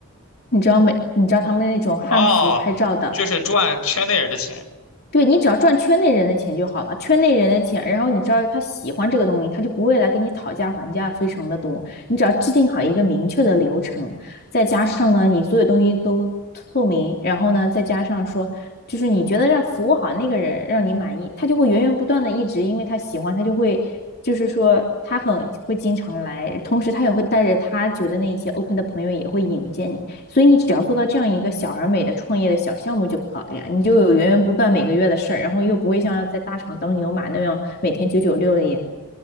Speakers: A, on the left; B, on the left.
A: 你知道每你知道他们那种汉服拍照的，
B: 哦，就是赚圈内人的钱。
A: 对你只要赚圈内人的钱就好了，圈内人的钱，然后你知道他喜欢这个东西，他就不会来跟你讨价还价，非常的多。你只要制定好一个明确的流程，再加上呢，你所有东西都透明，然后呢，再加上说，就是你觉得让服务好那个人让你满意，他就会源源不断的一直，因为他喜欢，他就会，就是说他很会经常来，同时他也会带着他觉得那一些 OK 的朋友也会引荐你，所以你只要做到这样一个小而美的创业的小项目就好了呀，你就有源源不断每个月的事儿，然后又不会像在大厂当牛马那样每天九九六了呀。